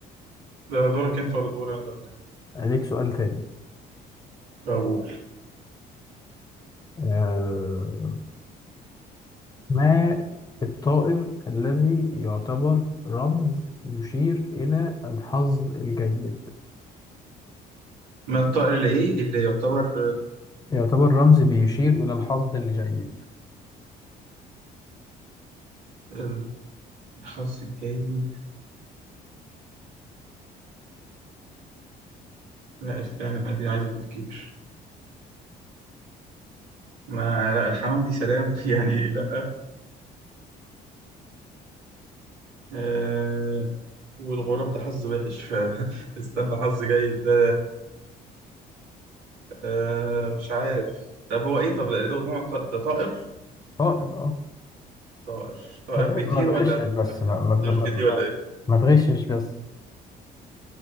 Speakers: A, on the right; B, on the left.
A: ده دورك انت ولا دور انا ده ولا ايه؟
B: ليك سؤال تاني
A: طب قول.
B: آه، ما الطائر الذي يعتبر رمز يشير إلى الحظ الجيد
A: ما الطائر اللي ايه اللي يعتبر
B: يعتبر رمز بيشير إلى الحظ الجيد
A: آه، الحظ الجيد لا استنى دي عايزة تفكير ما لا الحمام دي سلام <laughs> يعني لا آه والغراب ده حظ وحش <laughs> فاستنى حظ جيد ده آه مش عارف طب هو ايه طب ده نوع الط- ده طائر
B: طائر اه
A: طائر طائر
B: ما تغ-
A: بيطير
B: ما تغشش
A: ولا بيطير
B: بس
A: اللي
B: ما
A: هي
B: ما
A: ما بتطيرش
B: ما, ما
A: دي ولا ايه
B: ما تغشش بس